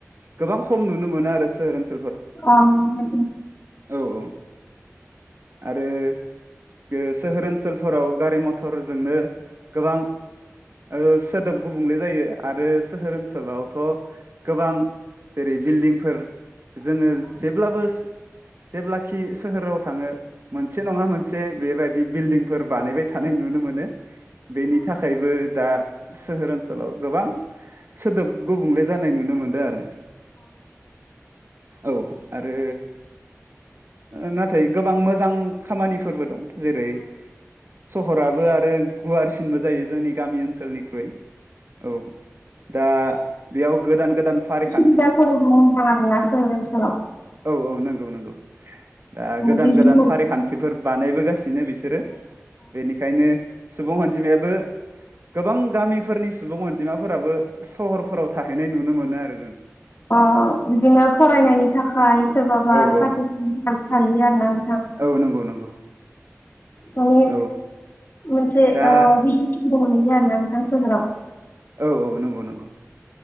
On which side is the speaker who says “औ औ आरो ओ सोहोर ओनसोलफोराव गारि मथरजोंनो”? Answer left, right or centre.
Right